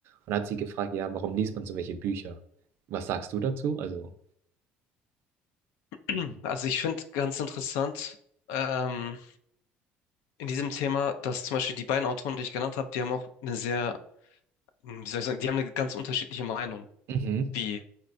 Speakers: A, on the right; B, on the left.
A: Und hat sie gefragt, ja, warum liest man so welche Bücher? Was sagst du dazu? Also,
B: <clears throat> Also ich finde ganz interessant ähm, in diesem Thema, dass zum Beispiel die beiden Autoren, die ich genannt habe, die haben auch eine sehr, hm, wie soll ich sagen, die haben eine ganz unterschiedliche Meinung,
A: mhm,
B: wie